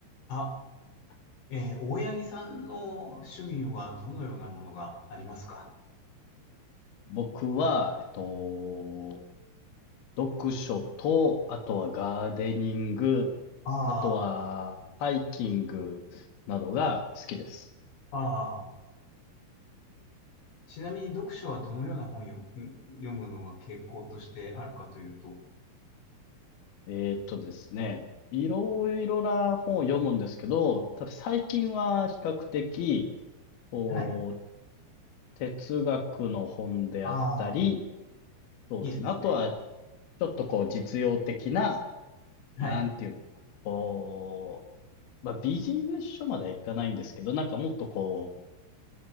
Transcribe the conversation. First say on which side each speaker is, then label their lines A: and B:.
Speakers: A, on the left; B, on the left.
A: あ、えー大八木さんの趣味はどのようなものがありますか
B: 僕は、えっと、読書と、あとはガーデニング、
A: あ
B: あとはハイキングなどが好きです。
A: あ、ああ。ちなみに読書はどのような本よ、ん読むのが傾向としてあるかというと。
B: えーっとですね、いろいろな本を読むんですけど、ただ最近は比較的、こう、
A: はい。
B: 哲学の本であったり、
A: ああ、
B: そうですね。
A: いいですね。
B: あとは、ちょっとこう、実用的な、
A: はい。
B: なんていうんですかね。こう、まあ、ビジネス書まではいかないんですけど、なんかもっとこう、